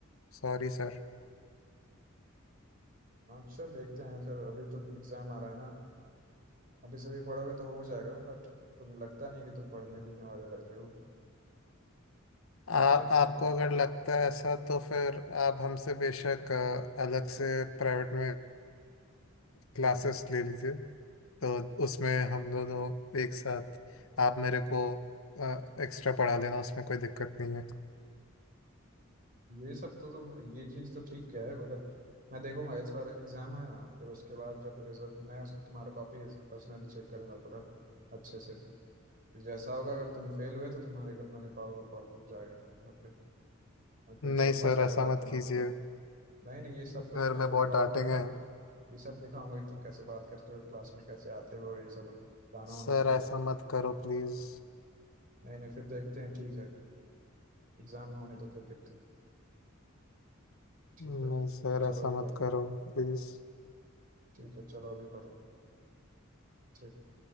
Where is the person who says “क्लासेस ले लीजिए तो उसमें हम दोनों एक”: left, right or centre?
Left